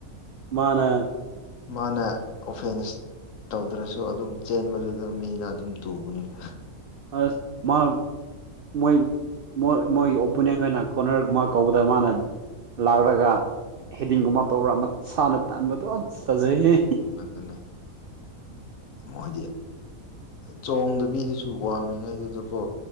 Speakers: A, on the right (about 75°); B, on the left (about 70°).
A: ꯃꯥꯅ
B: ꯃꯥꯅ ꯑꯣꯐꯦꯟꯁ ꯇꯧꯗ꯭ꯔꯁꯨ ꯑꯗꯨꯝ ꯆꯦꯟꯕꯗꯨꯗ ꯃꯤꯅ ꯑꯗꯨꯝ ꯇꯨꯕꯅꯦꯕ
A: ꯑꯁ ꯃꯥ ꯃꯣꯏ ꯃꯣꯏ ꯃꯣꯏꯒꯤ ꯑꯣꯄꯣꯅꯦꯟ ꯈꯩꯅ ꯀꯣꯅꯔꯒꯨꯝꯃ ꯀꯥꯎꯕꯗ ꯃꯥꯅ ꯂꯥꯛꯔꯒ ꯍꯦꯗꯤꯡꯒꯨꯝꯕ ꯇꯧꯔ ꯑꯝꯃ ꯁꯥꯅ ꯇꯥꯟꯕꯗꯣ <unintelligible> ꯐꯖꯩꯍꯦ
B: ꯎꯝ ꯑꯗꯨꯅꯦ ꯃꯣꯏꯗꯤ ꯆꯣꯡꯗꯕꯤꯗꯁꯨ ꯋꯥꯡꯂꯤꯉꯥꯏꯗꯨꯗꯀꯣ